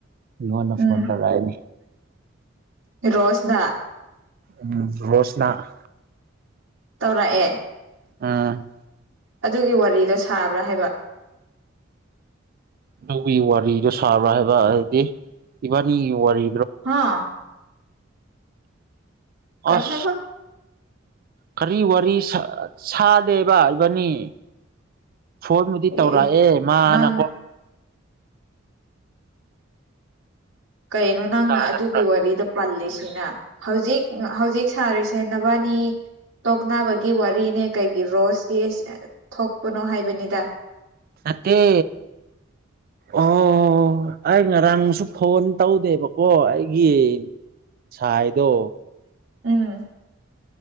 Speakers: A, on the right; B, on the right.
A: ꯃꯤꯉꯣꯟꯗ
B: ꯎꯝ
A: ꯐꯣꯟ ꯇꯧꯔꯛꯑꯅꯤ
B: ꯔꯣꯁꯅ
A: ꯎꯝ ꯔꯣꯁꯅꯥ
B: ꯇꯧꯔꯛꯑꯦ
A: ꯎꯝ
B: ꯑꯗꯨꯒꯤ ꯋꯥꯔꯤꯗꯣ ꯁꯥꯕ꯭ꯔꯥ ꯍꯥꯏꯕ
A: ꯑꯗꯨꯒꯤ ꯋꯥꯔꯤꯗꯣ ꯁꯥꯕ꯭ꯔꯥ ꯍꯥꯏꯕ ꯍꯥꯏꯗꯤ ꯏꯕꯥꯅꯤꯒꯤ ꯋꯥꯔꯤ
B: ꯍꯥꯥ ꯀꯩ
A: ꯑꯁ
B: ꯍꯥꯏꯕ
A: ꯀꯔꯤ ꯋꯥꯔꯤ ꯁꯥ ꯁꯥꯗꯦꯕ ꯏꯕꯅꯤ ꯐꯣꯟꯕꯨꯗꯤ ꯇꯧꯔꯛꯑꯦ
B: ꯑꯦ
A: ꯃꯥꯅꯀꯣ
B: ꯅꯪ ꯀꯩꯅꯣ ꯅꯪꯅ
A: ꯇꯥꯗꯕ꯭ꯔꯥ
B: ꯑꯗꯨꯒꯤ ꯋꯥꯔꯤꯗ ꯄꯜꯂꯤꯁꯤꯅ ꯍꯧꯖꯤꯛ ꯍꯧꯖꯤꯛ ꯁꯥꯔꯤꯁꯦ ꯅꯕꯥꯅꯤ ꯇꯣꯛꯅꯕꯒꯤ ꯋꯥꯔꯤꯅꯦ ꯀꯩꯒꯤ ꯔꯣꯁꯀꯤ ꯊꯣꯛꯄꯅꯣ ꯍꯥꯏꯕꯅꯤꯗ
A: ꯅꯠꯇꯦ ꯑꯣ ꯑꯩ ꯉꯔꯥꯡꯁꯨ ꯐꯣꯟ ꯇꯧꯗꯦꯕꯀꯣ ꯑꯩꯒꯤ ꯁꯥꯏꯗꯣ
B: ꯎꯝ